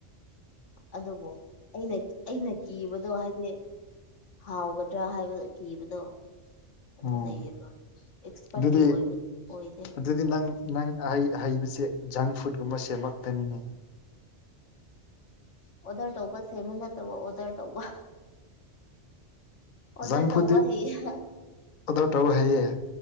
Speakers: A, on the left; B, on the left.
A: ꯑꯗꯨꯕꯨ ꯑꯩꯅ ꯑꯩꯅ ꯀꯤꯕꯗꯣ ꯍꯥꯏꯗꯤ ꯍꯥꯎꯒꯗ꯭ꯔꯥ ꯍꯥꯏꯕꯗꯣ ꯀꯤꯕꯗꯣ ꯑꯗꯨ
B: ꯑꯣ
A: ꯂꯩꯌꯦꯕ ꯑꯦꯛꯁꯄꯥꯔꯠꯇꯤ
B: ꯑꯗꯨꯗꯤ
A: ꯑꯣꯏꯕ ꯑꯣꯏꯗꯦ
B: ꯑꯗꯨꯗꯤ ꯅꯪ ꯅꯪꯩ ꯍꯩꯕꯁꯦ ꯖꯪ ꯐꯨꯗꯀꯨꯝꯕ ꯁꯦꯝꯂꯛꯇꯅꯤꯅꯦ
A: ꯑꯣꯗꯔ ꯇꯧꯕ ꯁꯦꯝꯦꯃ ꯅꯠꯇꯧꯕ ꯑꯣꯗꯔ ꯇꯧꯕ ꯑꯣꯗꯔ
B: ꯖꯪ ꯐꯨꯗ
A: ꯇꯧꯕ ꯍꯩꯌꯦ
B: ꯑꯣꯗꯔ ꯇꯧ ꯍꯥꯏꯌꯦꯦ